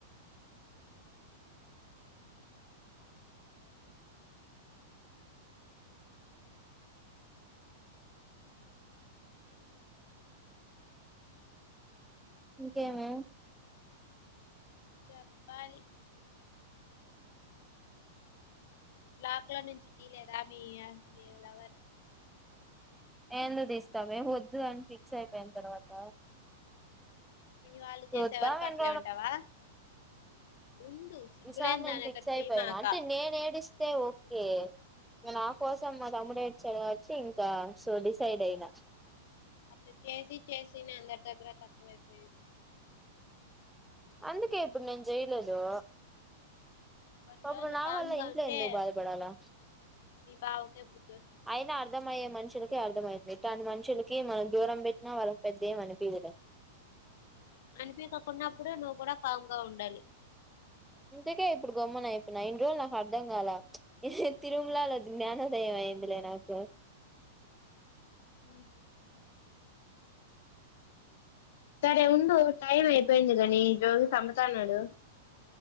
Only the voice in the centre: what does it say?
ఇంకేమి
ఎందుకు ఇస్తావే వద్దు అని ఫిక్స్ అయిపోయిన తర్వాత
చూద్దాం
ఎన్ని
ఈసార్ నేను
ఫిక్స్
అయిపోయాను
అంటే నేను ఏడిస్తే ఓకే నా కోసం మా తమ్ముడుేడ్చ వచ్చి ఇంకా సో డిసైడ్ అయిన
అందుకే ఇప్పుడు నేను జయలేదుో
పాప్పుడు
నా
వల్ల
ఇంట్లో
ఎందుకు బాధపడాలా
అయినా అర్థమయ్యే మనిషి ములక అర్థమైంది ఇట్లాంటి మనుషులకి మనం దూరం పెట్టినా వాళ్ళకి పెద్దే మని పలే
ఇంతకే ఇప్పుడు గమ్మన అయిపోయినయి ఇన్ని రోజులు నాకు అర్థం కాల తిరుమలలో జ్ఞానదయం అయింది ద సార్